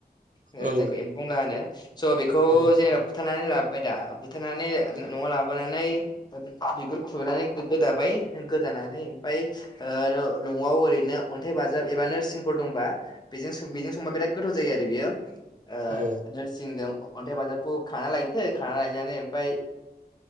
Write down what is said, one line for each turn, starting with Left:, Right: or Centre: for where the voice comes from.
Left: ओ
Right: औ
Left: जायखौ एम्बौ बंला होनो। स' बेखौ
Right: औ
Left: जेनेबा बुथारनानै लाबोबाय दा बुथारनानै न'आव लाबोनानै <unintelligible> खुनानै गोदाबाय गोदानानै ओमफाय ओ न'आव ओरैनो अन्थाइ बाजाब एबा नोरसिंफोर दंबा बे बेजों सबा बिराद गोथाव जायो आरो बेयो ओ
Right: औ
Left: नोरसिंजों। अनथाय बाजाबखौ खाना लायदो खाना लायनानै ओमफाय